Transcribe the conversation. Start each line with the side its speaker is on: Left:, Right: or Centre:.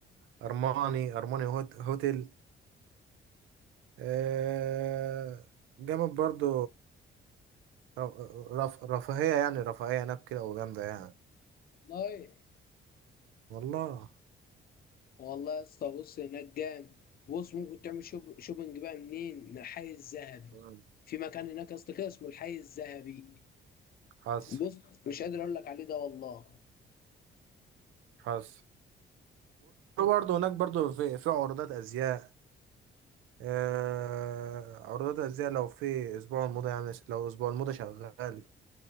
Right: أرماني أرماني هوت هوتيل آه، جامد برضه ر- رف رفاهية يعني رفاهية هناك كده وجامدة يعني
Left: والله
Right: والله
Left: والله يا اسطى بص هناك جامد بص ممكن تعمل شوب شوبنج بقى منين من الحي الذهبي
Right: مم.
Left: في مكان هناك يا اسطى كده اسمه الحي الذهبي
Right: حصل
Left: بص مش قادر اقول لك عليه ده والله
Right: حصل وبرضه هناك برضه في في عروضات أزياء آه، عروضات الأزياء لو في أسبوع الموضة يعني لو أسبوع الموضة شغال